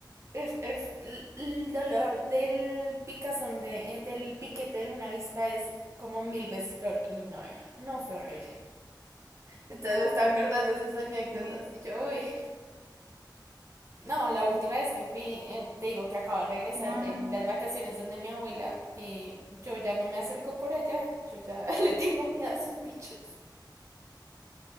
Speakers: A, on the right (about 40°); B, on the right (about 75°).
A: es, es l- el dolor del picazón de, eh, del piquete de una avispa es como mil veces peor que el de una abeja. No fue horrible. Entonces
B: Wow,
A: me estaba acordando de esas anécdotas
B: ven.
A: y yo, uy. No, la última vez que fui, eh, te digo que acabo de regresar
B: No,
A: de
B: no, no.
A: las vacaciones donde mi abuela, eh, yo ya no me acerco por allá, yo ya <laughs> le tengo miedo a esos bichos.